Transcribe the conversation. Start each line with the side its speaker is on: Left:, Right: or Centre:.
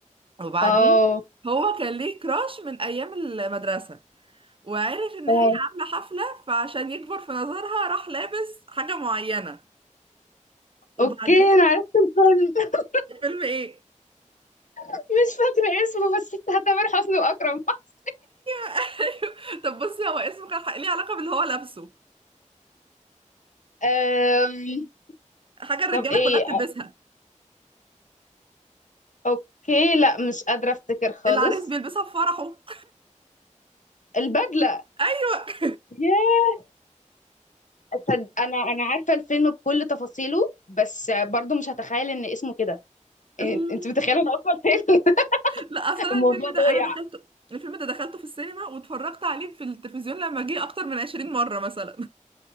Right: وبعدين
Left: اه
Right: هو كان ليه كراش من ايام المدرسه وعرف ان
Left: تمام
Right: هي عامله حفله فعشان يكبر في نظرها راح لابس حاجه معينه وبعدين
Left: اوكي انا عرفت الفيلم <laughs>
Right: الفيلم ايه
Left: مش فاكره اسمه بس بتاع تامر حسني واكرم <laughs>
Right: <laughs> طب بصي هو اسمه كان حق- ليه علاقه باللي هو لابسه
Left: أم...
Right: حاجه الرجاله
Left: طب ايه
Right: كلها بتلبسها
Left: اوكي لا مش قادره افتكر خالص
Right: العريس بيلبسها في فرحه
Left: البدله
Right: <laughs> ايوه
Left: ياه صد- انا انا عارفه الفيلم بكل تفاصيله بس برضو مش هتخيل ان اسمه كده
Right: ال-
Left: إيه، انت متخيله انا اصلا فين <laughs>
Right: لا اصلا
Left: الموضوع
Right: الفيلم
Left: ضايع
Right: ده انا دخلته الفيلم ده دخلته في السينما واتفرجت عليه في التلفزيون لما جه اكتر من 20 مره مثلا